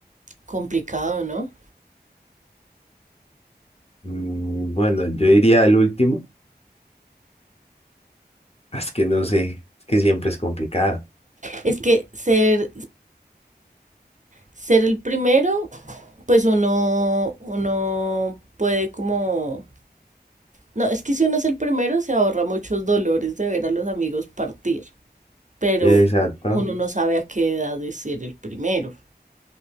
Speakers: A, on the right; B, on the left.
A: Complicado, ¿no?
B: Mm, Bueno, yo diría el último. Ah, Es que no sé. Es que siempre es complicado.
A: Es que ser, ser el primero, pues uno, uno puede como... No, es que si uno es el primero se ahorra muchos dolores de ver a los amigos partir, pero
B: Exacto.
A: uno no sabe a qué edad es ser el primero.